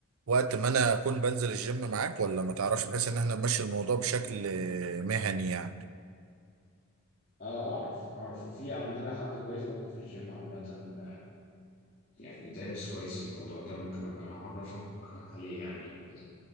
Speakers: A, on the right; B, on the left.
A: وقت ما انا اكون بنزل الجيم معاك ولا ما تعرفش بحيث ان احنا نمشي الموضوع بشكل مهني يعني
B: اه اعرف اعرف وفي عندنا حد كويس برضه في الجيم عامة آه، يعني دارس كويس في الموضوع ده ممكن ابقى اعرفك عليه يعني وكده